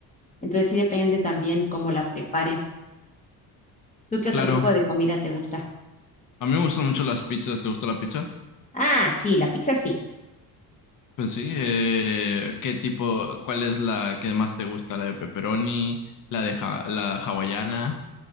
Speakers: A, on the left; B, on the left.
A: Entonces sí depende también cómo la preparen. ¿Tú qué otro
B: Claro,
A: tipo de comida te gusta?
B: a mí me gustan mucho las pizzas. ¿Te gusta la pizza?
A: Ah, sí, la pizza sí.
B: Pues sí, eh, ¿qué tipo, cuál es la que más te gusta? ¿La de pepperoni, la de ja- la hawaiana?